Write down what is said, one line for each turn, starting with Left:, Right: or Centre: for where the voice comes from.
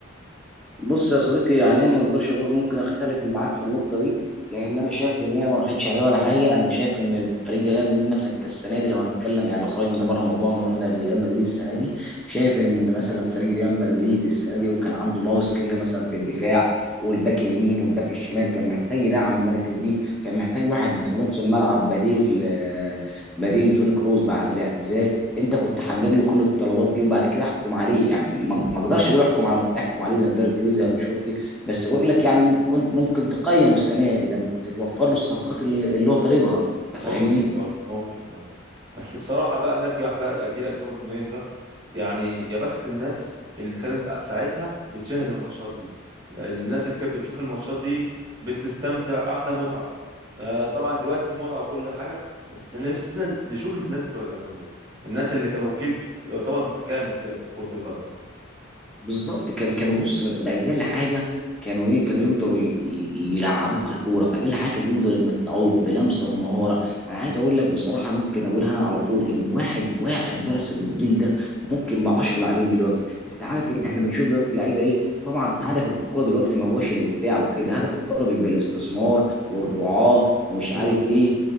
Centre: بص يا صديقي يعني انا ما اقدرش اقول ممكن اختلف معاك في النقطه دي لان انا شايف ان هي ما راحتش عليه ولا حاجه انا شايف ان فريق ريال مدريد مثلا كالسنه دي لو هنتكلم يعني لو خرجنا بره الموضوع ان رحنا لريال مدريد السنه دي شايف ان مثلا فريق ريال مدريد السنه دي وكان عنده ناقص كتير مثلا في الدفاع والباك اليمين والباك الشمال كان محتاج يدعم المراكز دي كان محتاج واحد في نص الملعب بديل آه، بديل لتوني كروز بعد الاعتزال انت كنت حقق له كل الطلبات دي وبعد كده احكم عليه يعني ما ما اقدرش اقول احكم على احكم عليه زي مدرب كبير زي انشيلوتي بس اقول لك يعني كنت ممكن تقيم السنه دي لما كنت توفر له الصفقات اللي اللي هو طالبها انت
Right: ممكن
Centre: فاهمني
Right: برضه ممكن برضه بس بصراحة بقى نرجع بقى لجيل 2002 ده يعني يا بخت الناس اللي كانت ساعتها بتشاهد الماتشات دي الناس اللي كانت بتشوف الماتشات دي بتستمتع أحلى متعة آه، طبعا دلوقتي في متعة وكل حاجة بس نفسنا نشوف الناس بتوع زمان دول الناس اللي كانوا جيل يعتبر متكامل كده في كرة القدم
Centre: بالظبط كان كانوا بص باقل حاجه كانوا ايه كانوا يقدروا ي- ي- يلعبوك الكوره فاقل حاجه كانوا يقدروا يمتعوك بلمسه بمهاره انا عايز اقول لك بصراحه ممكن اقولها انا على طول ان واحد واحد بس من الجيل ده ممكن ب 10 لاعبين دلوقتي انت عارف اللي احنا بنشوف دلوقتي لعيبه ايه طبعا هدف الكوره دلوقتي ما هوش الامتاع وكده هدف الكوره بيبقى الاستثمار والرعاه ومش
Right: امم
Centre: عارف ايه